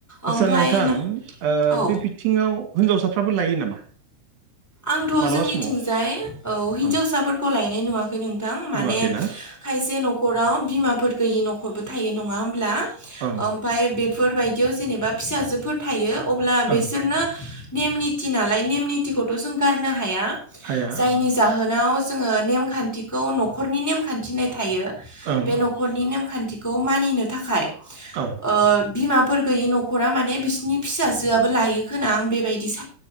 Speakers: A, in the centre; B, on the right.
A: ओमफाय
B: आचसा नोंथां ओ
A: औ
B: बे बिथिङाव हिनजावसाफ्राबो लायो नामा?
A: आंथ'
B: मालाबा
A: जोंनिथिंजाय
B: समाव
A: औ हिन्जावसाफोरखौ
B: ओं
A: लायनाय नुवा खै नोंथां माने
B: नुवाखैना
A: खायसे न'खराव बिमाफोर गैयि न'खरबो थायो नङा होमब्ला?
B: ओं
A: ओमफाय बेफोरबायदियाव जेनेबा फिसाजोफोर थायो अब्ला
B: ओं
A: बिसोरनो नेम निथि नालाय नेम नेथिखौथ' जों गारनो हाया
B: हाया
A: जायनि
B: ओं
A: जाहोनाव जोङो नेमखान्थिखौ न'खरनि नेमखान्थिनाय थायो।
B: ओं
A: बे न'खरनि नेमखान्थिखौ मानिनो थाखाय
B: ओं
A: ओ बिमा फोर गैयि न'खरा माने बिसिनि फिसाजोआबो लायो खोना आं बेबायदिसो